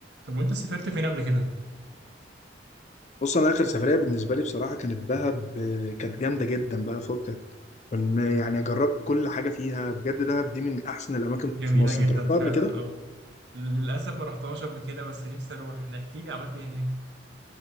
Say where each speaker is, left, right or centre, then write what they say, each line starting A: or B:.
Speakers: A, on the right; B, on the left.
A: طب وانت سافرت فين قبل كده؟
B: بص انا اخر سفريه بالنسبه لي بصراحه كانت دهب آه، كانت جامده جدا بقى فكك كنا يعني جربت كل حاجه فيها بجد دهب دي من احسن الاماكن
A: جميلة
B: في مصر
A: جدا
B: انت رحتها
A: فعلا
B: قبل كده
A: اه للأسف ما رحتهاش قبل كده بس نفسي أروح نحكي لي عملت ايه هناك